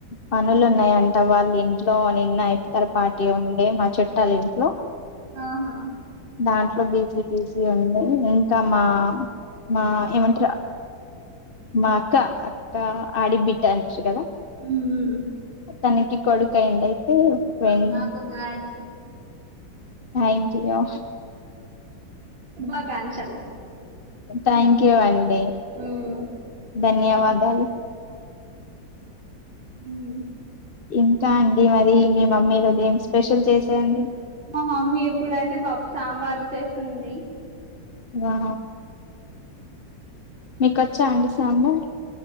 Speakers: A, on the left; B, on the right.
A: పనులు ఉన్నాయంట వాళ్ళు ఇంట్లోని నా ఇఫ్తార్
B: అవునా
A: పార్టీ ఉండే మా చుట్టాలు ఇంట్లో
B: ఆహా
A: దాంట్లో బిజీ బిజీ ఉండే ఇంకా మా
B: అవునా
A: మా ఏమంటారు మా అక్క అక్క ఆడి బిడ్డ అంటారు కదా
B: ఉమ్
A: తనకి కొడుకు అయ్యిండే అయితే వెళ్లి
B: అవునా కంగ్రాట్స్
A: థ్యాంక్ యూ
B: శుభాకాంక్షలు
A: థ్యాంక్ యూ అండి
B: ఉమ్.
A: ధన్యవాదాలు
B: ఉమ్
A: ఇంకా అండి మరి మీ మమ్మీ ఈరోజు ఏం స్పెషల్ చేసియండి
B: మా మమ్మీ ఇప్పుడైతే పప్పు సాంబార్ చేస్తుంది
A: ఆ మీకు వచ్చా అండి సాంబార్